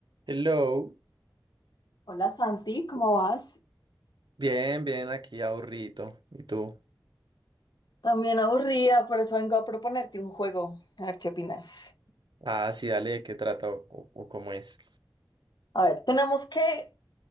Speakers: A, on the right (about 80°); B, on the left (about 65°).
A: Hello,
B: Hola Santi, ¿cómo vas?
A: bien, bien, aquí aburrido. ¿Y tú?
B: También aburrida, por eso vengo a proponerte un juego. A ver qué opinas.
A: Ah, sí, dale, ¿de qué trata o, o- o cómo es?
B: A ver, tenemos que